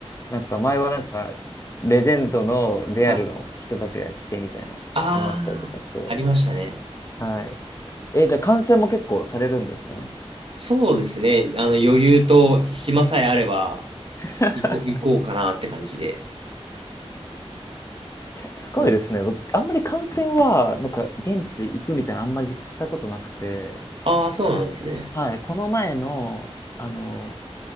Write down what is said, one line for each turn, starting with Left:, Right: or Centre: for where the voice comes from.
Left: なんか前はなんか、レジェンドのレアルの人たちが来てみたいなのもあったりとかして、
Right: はい。ああ、ありましたね。
Left: はい。えーじゃあ観戦も結構されるんですね。
Right: そうですね。あの、余裕と暇さえあれば、
Left: <laughs>
Right: 行こう、行こうかなって感じで。
Left: すごいですね。
Right: うん。
Left: 僕、あんまり観戦は、なんか、現地行くみたいな、あんまりしたことなくて、
Right: ああ、そうなんですね。
Left: はい、この前の、あの、